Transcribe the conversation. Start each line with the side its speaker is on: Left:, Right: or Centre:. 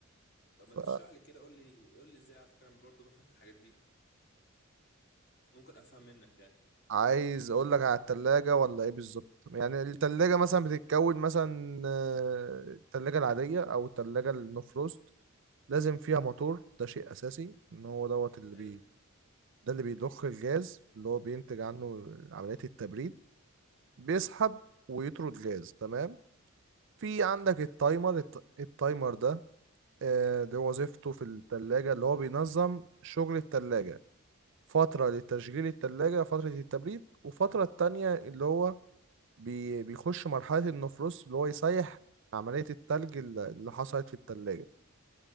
Left: طب ما
Right: ف
Left: تشرح لي كده قول لي قول لي ازاي على فكره انا برضه بفهم في الحاجات دي ممكن افهم منك يعني
Right: عايز اقول لك على التلاجة ولا ايه بالظبط يعني التلاجة مثلا بتتكون مثلا آه، التلاجة العادية او التلاجة النو فروست لازم فيها موتور ده شيء اساسي ان هو دوت اللي
Left: حلو
Right: بي ده اللي بيضخ الجاز اللي هو بينتج عنه عملية التبريد بيسحب ويطرد جاز تمام في عندك التايمر
Left: حلو
Right: الت- التايمر ده آه، ده وظيفته في التلاجة اللي هو بينظم شغل التلاجة فترة لتشغيل التلاجة فترة التبريد وفترة التانية اللي هو بي بيخش مرحلة النفروست اللي هو يسيح عملية التلج الل- اللي حصلت في التلاجة